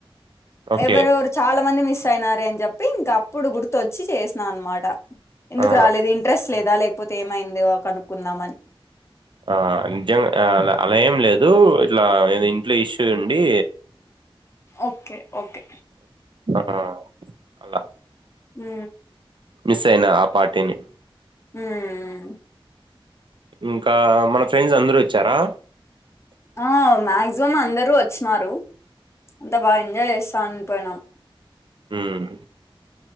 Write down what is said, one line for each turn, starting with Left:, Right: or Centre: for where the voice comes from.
Right: ఓకే
Left: ఎవరెవరు చాలా మంది మిస్ అయినారే అని చెప్పి ఇంక అప్పుడు గుర్తొచ్చి చేసినా అనమాట ఎందుకు
Right: ఆ
Left: రాలేదు ఇంట్రెస్ట్ లేదా లేకపోతే ఏమైందో కనుక్కుందామని
Right: ఆ నిజంగా అలా ఏం లేదు ఇట్లా ఇంట్లో ఇష్యూ ఉండీ
Left: ఓకే ఓకే
Right: ఆ అలా
Left: హ్మ్
Right: మిస్ అయినా ఆ పార్టీని
Left: హ్మ్
Right: ఇంకా మన ఫ్రెండ్స్ అందరూ వచ్చారా
Left: ఆ మాక్సిమం అందరూ వచ్చినారు అంటే బాగా ఎంజాయ్ చేస్తా అని పోయినాం
Right: హ్మ్